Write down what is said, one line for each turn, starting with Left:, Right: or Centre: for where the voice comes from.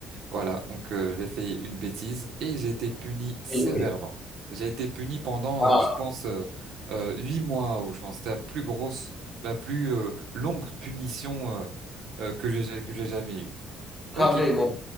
Right: voilà, donc euh, j'ai fait une bêtise et j'ai été puni sévèrement.
Left: Oui, oui.
Right: J'ai été puni pendant,
Left: Ah,
Right: euh, je pense, euh, euh, huit mois, ou je pense, que c'était la plus grosse, la plus euh, longue punition. euh, euh, que j'ai que j'ai jamais eue.
Left: carrément.
Right: Ok,